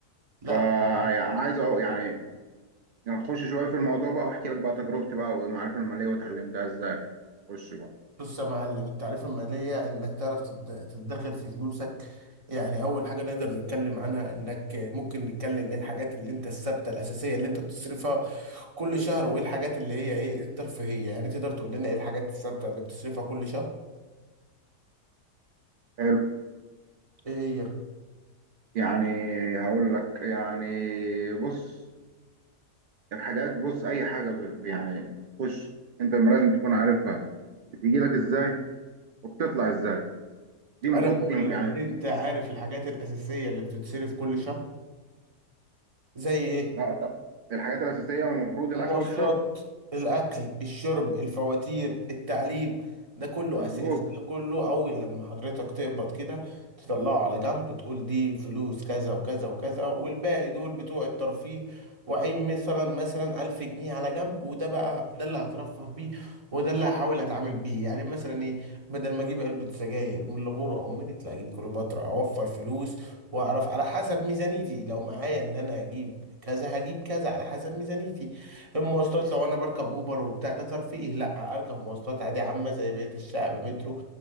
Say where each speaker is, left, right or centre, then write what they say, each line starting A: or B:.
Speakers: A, on the right; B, on the right.
A: لا
B: فانا عايز أ- يعني نخش شويه في الموضوع بقى واحكي لك بقى تجربتي بقى والمعرفه الماليه وتعلمتها ازاي خش بقى
A: بص يا معلم التعريف المالية انك تعرف تد- تدخر في فلوسك يعني اول حاجة نقدر نتكلم عنها انك ممكن نتكلم ايه الحاجات اللي انت الثابتة الاساسية اللي انت بتصرفها كل شهر وايه الحاجات اللي هي ايه الترفيهية يعني تقدر تقول لنا ايه الحاجات الثابتة اللي بتصرفها كل شهر
B: حلو
A: ايه هي
B: يعني هقول لك يعني بص الحاجات بص اي حاجه ب- يعني بتخش انت ما لازم تكون عارفها بتيجي لك ازاي وبتطلع ازاي دي المفروض
A: انا بقول
B: يعني
A: لك انت عارف الحاجات الاساسيه اللي بتتصرف كل شهر زي ايه
B: لا ط- الحاجات الاساسيه المفروض الاكل
A: المواصلات
B: والشرب
A: الاكل الشرب الفواتير التعليم ده كله
B: مظبوط
A: اساسي ده كله اول لما حضرتك تقبض كده تطلعه على جنب تقول دي فلوس كذا وكذا وكذا والباقي دول بتوع الترفيه وعين مثلا مثلا ألف جنيه على جنب وده بقى ده اللي هترفه بيه وده اللي هحاول اتعامل بيه يعني مثلا ايه بدل ما اجيب علبة سجاير من لابورو او ميريت لا اجيب كليوباترا اوفر فلوس واعرف على حسب ميزانيتي لو معايا ان انا اجيب كذا هجيب كذا على حسب ميزانيتي المواصلات لو انا بركب اوبر وبتاع ده ترفيه لا اركب مواصلات عادي عامه زي بقيه الشعب مترو